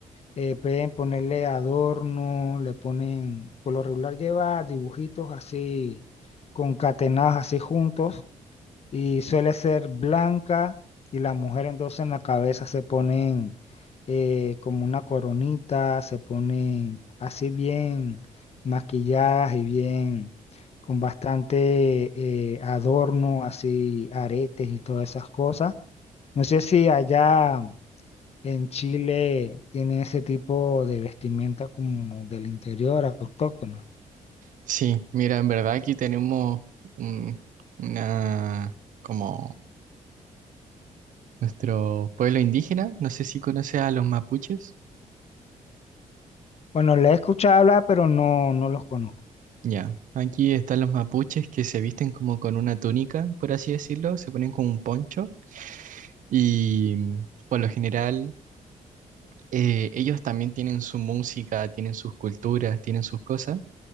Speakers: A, on the left; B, on the right.
A: eh, pueden ponerle adorno, le ponen, por lo regular lleva dibujitos así, concatenados así juntos y suele ser blanca y la mujer entonces en la cabeza se ponen eh, como una coronita, se ponen así bien maquilladas y bien con bastante eh, adorno, así aretes y todas esas cosas. No sé si allá en Chile tienen ese tipo de vestimenta como del interior autóctona.
B: Sí, mira, en verdad aquí tenemos un- una, como nuestro pueblo indígena, no sé si conoces a los mapuches.
A: Bueno, le he escuchado hablar, pero no, no los conozco.
B: Ya, aquí están los mapuches que se visten como con una túnica, por así decirlo, se ponen con un poncho y mm, por lo general eh, ellos también tienen su música, tienen sus culturas, tienen sus cosas,